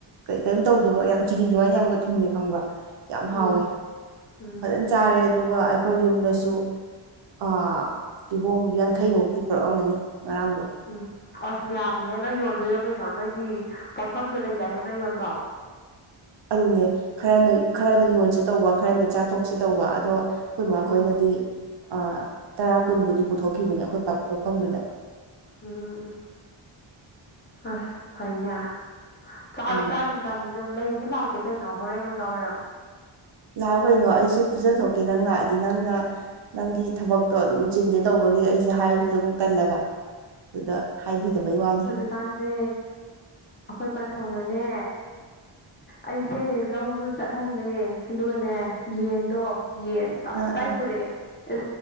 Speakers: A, on the right (about 60°); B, on the left (about 20°).
A: ꯀꯩ ꯀꯩꯌꯤꯝ ꯇꯧꯗꯕ ꯌꯥꯝ ꯆꯤꯅꯤ ꯑꯗꯨꯃꯥꯏꯅ ꯌꯥꯝꯒ ꯊꯨꯝꯃꯦ ꯈꯪꯕ꯭ꯔꯥ ꯌꯥꯝ
B: ꯎꯝ
A: ꯍꯥꯎꯌꯦ
B: ꯎꯝ
A: ꯐꯖꯅ ꯆꯥꯔꯦ ꯑꯗꯨꯒ ꯑꯩꯈꯣꯏ ꯌꯨꯝꯗꯁꯨ ꯑ‌ ꯀꯤꯍꯣꯝ ꯌꯥꯡꯈꯩꯃꯨꯛꯇꯤ ꯄꯨꯔꯛꯑꯝꯃꯅꯤ ꯉꯔꯥꯡꯗꯣ
B: ꯎꯝ ꯑꯁ ꯌꯥꯝꯃꯤꯍꯦ ꯅꯣꯏ ꯌꯣꯟꯗꯣꯏꯔꯣ ꯀꯩꯅꯣ ꯅꯣꯏꯗꯤ ꯄꯣꯠꯐꯝꯁꯨ ꯂꯩꯗꯥꯏꯅꯦ ꯅꯣꯏ ꯌꯣꯟꯗ
A: ꯑꯗꯨꯅꯦ ꯈꯔꯅ ꯈꯔꯅ ꯌꯣꯟꯁꯤꯠ ꯇꯧꯕ ꯈꯔꯅ ꯆꯥꯊꯣꯛꯁꯦ ꯇꯧꯕ ꯑꯗꯣ ꯈꯣꯏ ꯃꯥ
B: ꯎꯝ
A: ꯈꯣꯏꯅꯗꯤ ꯑ ꯇꯔꯥ ꯀꯨꯟꯕꯨꯗꯤ ꯄꯨꯊꯣꯛꯈꯤꯕꯅꯦ ꯑꯩꯈꯣꯏ ꯄꯥꯛ ꯄꯣꯛꯐꯝꯗꯨꯗ
B: ꯎꯝ ꯎꯝ ꯎꯝ ꯑꯁ ꯐꯩꯅꯦ ꯆꯥꯔ
A: ꯎꯝ
B: <inaudible> ꯆꯥꯅꯤꯡꯕ ꯂꯩꯔꯗꯤ ꯂꯥꯛꯀꯦ ꯀꯩꯅꯣ ꯍꯣꯔꯦꯟ ꯅꯨꯡꯗꯥꯡ ꯋꯥꯏꯔꯝ
A: ꯂꯥꯛꯎꯀꯩꯑꯣ ꯑꯩꯁꯨ ꯄꯤꯖꯊꯣꯛꯀꯦ ꯅꯪ ꯂꯥꯛꯑꯗꯤ ꯅꯪꯅ ꯅꯪꯒꯤ ꯊꯕꯛꯇꯣ ꯑꯗꯨꯝ ꯆꯤꯟꯗꯦ ꯇꯧꯕꯒꯤ ꯑꯩꯁꯦ ꯍꯥꯏꯕꯁꯨ ꯑꯗꯨꯝ ꯇꯜꯂꯒ ꯑꯗꯨꯗ ꯍꯥꯏꯕꯤꯗꯕꯩ ꯋꯥꯅꯤ
B: ꯀꯥꯟꯁꯦ ꯑꯩꯈꯣꯏ ꯄꯟꯊꯧꯅꯅꯦ ꯑꯩꯁꯦ ꯂꯧꯁꯨ ꯆꯠꯍꯜꯂꯦ ꯑꯗꯨꯒꯅꯦ ꯌꯦꯟꯗꯣ ꯌꯦꯟ ꯇꯞꯇꯥꯏ
A: ꯑꯥ ꯑꯥ
B: ꯄꯨꯔꯛꯑꯦ